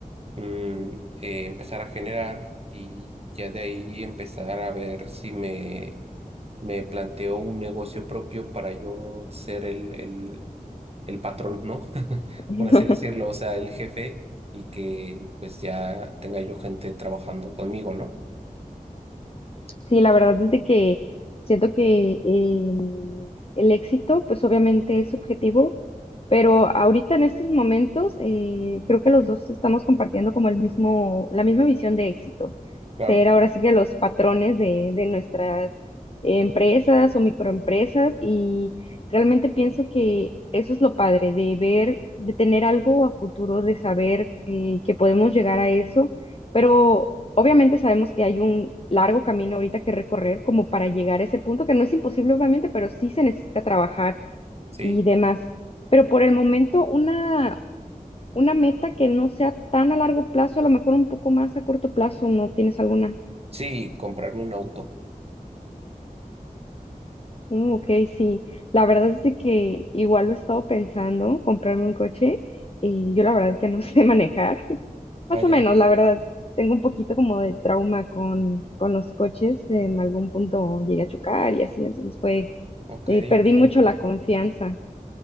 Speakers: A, on the right; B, on the left.
A: mm, eh, empezar a generar y ya de ahí empezar a ver si me, me planteo un negocio propio para yo ser el, el el patrón, ¿no? <laughs>
B: <laughs>
A: Por así decirlo, o sea, el jefe y que pues ya tenga yo gente trabajando conmigo, ¿no?
B: Sí, la verdad es de que siento que em, el éxito, pues obviamente es subjetivo, pero ahorita en estos momentos eh, creo que los dos estamos compartiendo como el mismo, la misma visión de éxito.
A: Claro,
B: Ser ahora sí que los patrones de, de nuestras empresas o microempresas y realmente pienso que eso es lo padre de ver, de tener algo a futuro, de saber eh, que podemos llegar a eso pero obviamente sabemos que hay un largo camino ahorita que recorrer como para llegar a ese punto, que no es imposible obviamente, pero sí se necesita trabajar
A: sí,
B: y demás. Pero por el momento, una, una meta que no sea tan a largo plazo, a lo mejor un poco más a corto plazo, ¿no tienes alguna?
A: sí, comprarme un auto.
B: Uh, ok, sí. La verdad es de que igual lo he estado pensando, comprarme un coche, y yo la verdad que no <laughs> sé manejar. Más
A: Ah, ya,
B: o menos, la verdad. Tengo un poquito como de trauma con, con los coches. En algún punto llegué a chocar y así, entonces fue,
A: ok,
B: eh, perdí
A: ok,
B: mucho la confianza.